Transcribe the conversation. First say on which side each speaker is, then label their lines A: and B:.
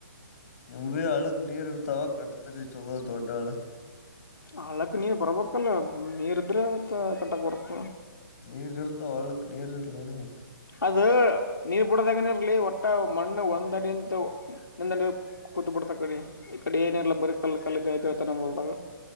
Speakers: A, on the left; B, on the left.
A: ನಿಂಬಿಯ ಆಳ ನೀರ್ ಇರ್ತಾವ ಕಟ್ತಿರಿ ಚಲೋ ದೊಡ್ಡಾಳಕ್
B: ಅಳಕ್ಕ ನೀವ್ ಬರ್ಬೇಕಲ್ಲ ನೀರ್ ಇದ್ರೆ ಅವವತ್ತ ಕಟ್ಟಕ್ ಬರತ
A: ನೀರ್ ಇರ್ತ ಒಳ್ಕ್ ನೀರ್ ಇರ್ಲಾನ ಅಂತ
B: ಅದು ನೀರ್ ಬಿಡದಾಗನ ಇರಲಿ ಒಟ್ಟ ಮಣ್ಣು ಒಂದ್ ಅಡಿ ಅಂತ ಒಂದ ಅಡಿ ಕೂತ್ಬಟ್ಟ ಕಡೆ ಇ ಕಡೆ ಏನಲ್ಲ ಬರ ಕಲ್ಲ ಕಲ್ಲ ಜಯತಿತಾನೋಲ್ದಾಗ